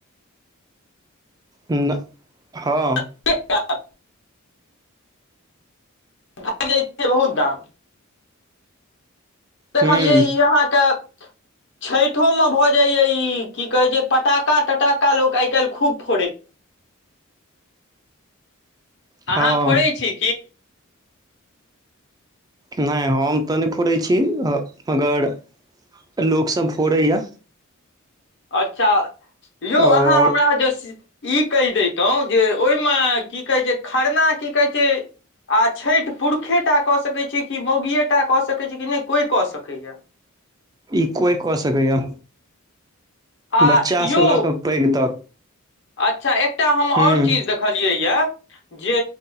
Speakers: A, on the right (about 20°); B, on the left (about 55°).
A: नहि हँ
B: च् भए जाइ छियै बहुत दाम देखलियै
A: हूं
B: इ अहाँके छठो मे भऽ जाइ या ई की कहै छै पटक्खा तटक्खा लोक आइकाल्हि खूब अ
A: हँ
B: फ छी
A: नइ हम तऽ नहि फोड़ै छी मगर लोकस फोड़ैया
B: अच्छा यउ
A: आओर
B: अहाँ हमरा जे ई कहि दैतहुँ जे ओहि में की कहै छै खरना की कहै छै आ छठि पुरुषेटा कऽ सकै छी कि मौगिए टा कऽ सकैत छी कि नहि कोइ कऽ सकैए
A: इ कोइ कऽ सकैए
B: आ
A: बच्चासे
B: यौ
A: लऽ कऽ पैघ तक
B: अच्छा एकटा हम
A: हूँ
B: ओर चीज देखलियै यए जे